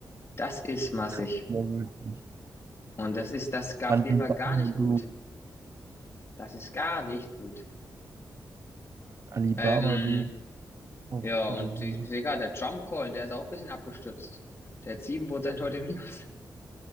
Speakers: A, on the left; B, on the right.
A: Das ist massig.
B: Ja, wirklich.
A: Und das ist, das gab
B: Alibaba
A: jeden Fall gar nicht gut.
B: Group.
A: Das ist gar nicht gut.
B: Alibaba
A: Ähm,
B: Group. Oh,
A: ja,
B: gute
A: und
B: Miene.
A: ich sehe gerade, der Trump Coin, der ist auch ein bisschen abgestützt Der hat 7% heute Minus.